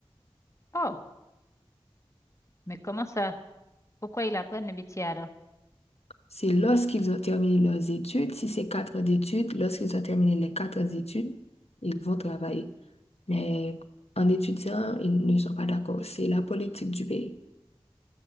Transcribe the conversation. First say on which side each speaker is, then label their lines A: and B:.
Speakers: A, on the left (about 30°); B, on the left (about 85°).
A: oh, mais comment ça? Pourquoi ils apprennent le métier alors?
B: C'est lorsqu'ils ont terminé leurs études, si c'est quatre ans d'études, lorsqu'ils ont terminé les quatre ans d'études, ils vont travailler. Mais en étudiant, ils ne sont pas d'accord. C'est la politique du pays.